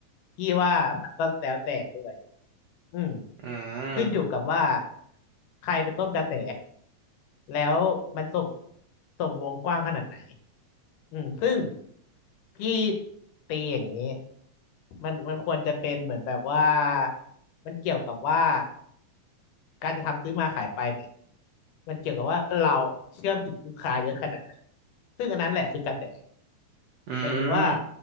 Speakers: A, on the left (about 80°); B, on the right (about 80°).
A: พี่ว่ามันก็แล้วแต่ด้วยอืม
B: อืม
A: ขึ้นอยู่กับว่าใครเป็นต้นกระแสแล้วมันส่งส่งวงกว้างขนาดไหน อืมซึ่งพี่ตีอย่างนี้มันมันควรจะเป็นเหมือนแบบว่ามันเกี่ยวกับว่าการจะทำซื้อมาขายไปเนี่ยมันเกี่ยวกับว่าเราเนี่ยเชื่อมถึงลูกค้าเยอะขนาดไหนซึ่งอันนั้นแหละคือกระแส
B: อืม
A: หมายถึงว่า